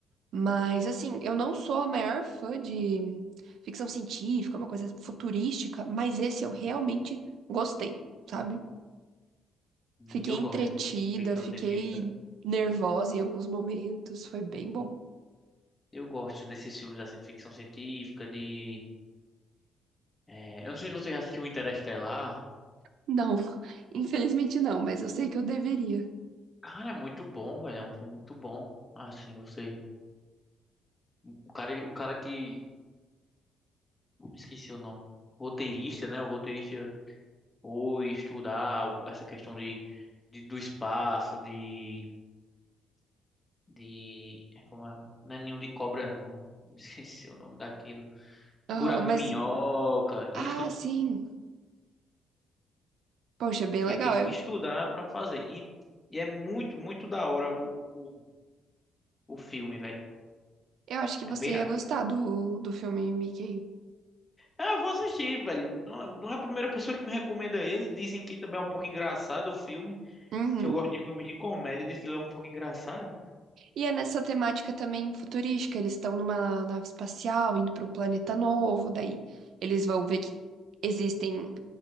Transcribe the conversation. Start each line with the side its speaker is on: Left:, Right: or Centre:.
Right: Mas, assim, eu não sou a maior fã de ficção científica, uma coisa futurística, mas esse eu realmente gostei, sabe? Fiquei
Left: E eu
Right: entretida,
Left: gosto de ficção
Right: fiquei
Left: científica.
Right: nervosa em alguns momentos, foi bem bom.
Left: Eu gosto desses filmes assim, de ficção científica, de. é, Eu não sei se você já assistiu Interestelar.
Right: Não, <laughs> infelizmente não, mas eu sei que eu deveria.
Left: Cara, é muito bom, velho. É um filme muito bom. Assim, você. O cara, o cara que. Eu me esqueci o nome. Roteirista, né? O roteirista ou estudar essa questão de, de- do espaço, de, de é como é? Não é ninho de cobra, não. Me <laughs> esqueci o nome daquilo.
Right: Aham,
Left: Buraco
Right: mas,
Left: de minhoca. Ele
Right: ah,
Left: estu-
Right: sim, poxa, bem legal.
Left: teve
Right: Eu,
Left: que estudar para fazer. E, e é muito, muito da hora o, o, o filme, velho.
Right: eu acho que
Left: É
Right: você
Left: bem. a-
Right: ia gostar do, do filme Mickey.
Left: Ah, eu vou assistir, velho. Não, não é a primeira pessoa que me recomenda ele. Dizem que também é um pouco engraçado o filme.
Right: Uhum.
Left: Que eu gosto de filmes de comédia. Diz que ele é um pouco engraçado.
Right: E é nessa temática também futurística, eles estão numa nave espacial, indo para um planeta novo, daí eles vão ver que existem,